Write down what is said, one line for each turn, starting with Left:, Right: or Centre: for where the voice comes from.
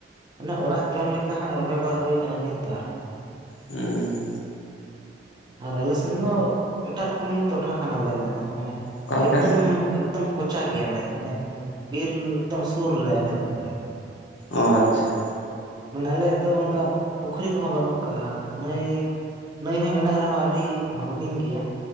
Right: ᱚᱱᱮ ᱚᱲᱟᱜ ᱡᱚᱢ ᱞᱮᱠᱟ ᱦᱜ ᱨᱚᱦᱚᱭ ᱵᱟᱲᱟ ᱦᱩᱭ ᱠᱟᱱᱟ ᱢᱤᱫᱵᱟᱨ᱾
Left: ᱦᱮᱸ
Right: ᱟᱨ ᱟᱞᱮ ᱥᱮᱱ ᱫᱚ ᱮᱴᱟᱜ ᱨᱚᱠᱚᱢ ᱴᱚᱴᱷᱟ ᱠᱟᱱᱟᱞᱮ ᱟᱞᱮ ᱫᱚ ᱢᱟᱱᱮ
Left: ᱚᱠᱟᱞᱮᱠᱟ
Right: ᱮᱠᱫᱚᱢ ᱮᱠᱫᱚᱢ, ᱠᱚᱪᱟ ᱜᱮᱭᱟᱞᱮ ᱢᱟᱱᱮ ᱵᱤᱨ ᱮᱠᱫᱚᱢ ᱥᱩᱨ ᱨᱮ ᱟᱞᱮ ᱫᱚ ᱟᱨᱚ
Left: ᱚ ᱟᱪᱪᱷᱟ
Right: ᱢᱟᱱᱮ ᱟᱞᱮᱭᱟᱜ ᱫᱚ ᱚᱱᱠᱟ ᱯᱩᱠᱷᱨᱤ ᱠᱚᱦᱚᱸ ᱵᱟᱹᱱᱩᱜ ᱠᱟᱜ ᱱᱟᱭ ᱱᱟᱹᱭ ᱦᱚᱸ ᱢᱮᱱᱟᱜ ᱨᱮᱦᱚᱸ ᱟᱹᱰᱤ ᱦᱩᱰᱤᱧ ᱜᱮᱭᱟ᱾